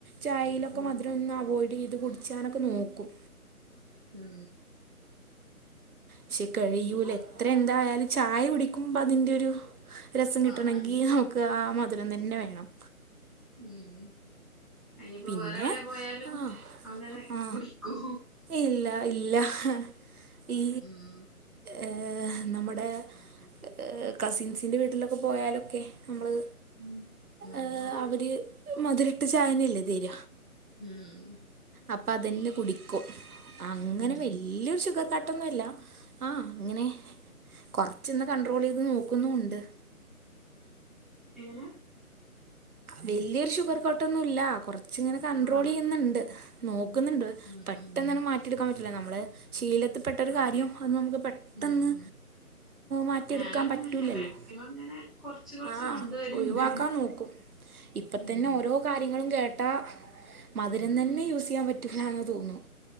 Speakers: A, on the right (about 70°); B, in the centre.
A: ചായീലൊക്കെ
B: ഉം.
A: മധുരം ഒന്ന് അവോയ്ഡ്യ്ത് കൊടുത്ത്. ച്ചാനക്ക നോക്കും.
B: ഉം.
A: ക്ഷെ കഴിയൂല
B: ഇൻക്കും
A: എത്ര എന്തായാലും ചായ കുടിക്കും. ന്പ അതിൻ്റെ ഒരു രസം കിട്ടണങ്കി
B: ആ. ആ,
A: അവക് ആ മധരം തന്നെ വേണം.
B: ഉം അനിയിപ്പോ
A: പിന്നെ
B: വേറെ എവിടെ പോയാലും
A: ആ
B: അങ്ങനെ
A: ആ
B: കുടിക്കൂ.
A: ഇല്ല ഇല്ല ഹ് ഈ
B: ഉം.
A: ഏ നമ്മുടെ. ഏ കസിൻസിന്റെ വീട്ടിലൊക്കെ പോയാലൊക്കെ നമ്മള്.
B: ഉം. ഉം.
A: ഏഹ് അവര് മധുരട്ട് ചായനല്ലെ തെര.
B: ഉം.
A: അപ്പ അതന്നെ കുടിക്കും അങ്ങനെ
B: ഉം.
A: വെല്ല്യയൊരു ഷുഗർ കട്ടൊന്നുല്ല ആഹ് അങ്ങനെ കുറച്ച്ന്ന് കണ്ടട്രോൾ യ്ത് നോക്കുന്നുണ്ട്.
B: എങ്ങനെ.
A: വെല്ല്യയൊരു ഷുഗർ കോട്ടൊന്നു ഇല്ല കൊറ. ച്ച് ഇങ്ങനെ കണ്ട്രോൾ
B: ആ
A: ചെയ്യുന്ന്ണ്ട് നോക്കുന്നുണ്ട്
B: ഉം.
A: പെട്ടെന്ന്
B: ഉം.
A: മാ മാറ്റിയെടുക്കാൻ പറ്റില നമ്മളെ ശീലത്ത് പെട്ടൊരു
B: അതെ
A: കാര്യം അത് നമുക്ക് പെട്ടെന്ന്.
B: ഉം. ഉം.
A: മാറ്റിയെടുക്കാൻ
B: ഞാനും
A: പറ്റൂല്ലല്ലോ
B: അങ്ങനെ തന്നെ മാക്സിമം ഇങ്ങനെ കൊറച്ച് കൊറച്ച്
A: ആ
B: കൊണ്ടുവരുണ്ട്
A: ഒഴിവാക്കാൻ നോ ഇപ്പ തന്നെ
B: ഉം.
A: ഓരോ കാര്യങ്ങളും കേട്ടാ മധുരം
B: ഉം.
A: തന്നെ യൂസ് ചെയ്യാ. റ്റൂലാന്ന് തോന്നും.